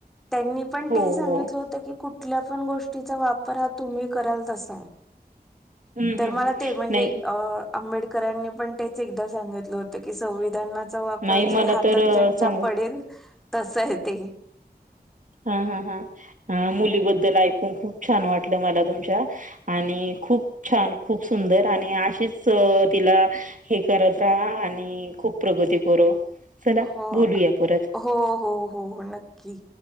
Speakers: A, in the centre; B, on the right (about 50°).
A: त्यांनी पण
B: हो
A: ते सांगितलं
B: हो
A: होतं की, कुठल्या पण गोष्टीचा वापर हा तुम्ही कराल तसा आहे.
B: हम्म हम्म
A: तर मला
B: हम्म
A: ते म्हणजे
B: नाही
A: अ आंबेडकर करांनी पण तेच एकदा सांगितलं होतं की, संविधानाचा वापर
B: नाही
A: जे
B: मला
A: हातात
B: तर अ,
A: ज्यांच्या
B: सांगू
A: पडेल. तस हाय ते.
B: हा हा हां मुलीबद्दल ऐकून खूप छान वाटलं मला तुमच्या. आणि खूप छान खूप सुंदर आणि अशीच तिला हे करत राहा. आणि खूप प्रगती करू. चला
A: हो
B: बोलूया परत.
A: हो हो हो हो नक्की.